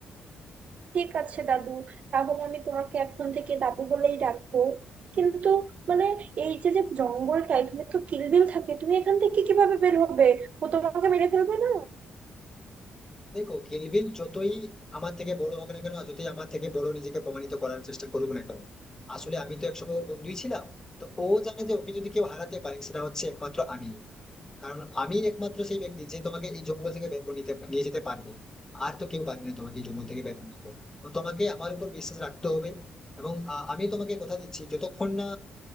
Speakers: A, on the right; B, on the left.
A: ঠিক আছে দাদু তাহলে আমি তোমাকে এখন থেকে দাদু বলেই ডাকবো কিন্তু মানে এই যে যে জঙ্গলটা এখানে তো কিলবিল থাকে তুমি এখান থেকে কিভাবে বের হবে ও তোমাকে মেরে ফেলবে না
B: দেখো কিলবিল যতই আমার থেকে বড় হোক না কেন আর যতই আমার থেকে বড় নিজেকে প্রমাণিত করার চেষ্টা করুক না কেন আসলে আমি তো একসময় ওর বন্ধুই ছিলাম তো ও জানে যে ওকে যদি কেউ হারাতে পারে সেটা হচ্ছে একমাত্র আমি কারণ আমি একমাত্র সেই ব্যক্তি যে তোমাকে এই জঙ্গল থেকে বের করে নিতে নিয়ে যেতে পারবে আর তো কেউ পারবে না তোমাকে এই জঙ্গল থেকে বের করে নিতে তো তোমাকে আমার উপর বিশ্বাস রাখতে হবে এবং আহ, আমি তোমাকে কথা দিচ্ছি যতক্ষণ না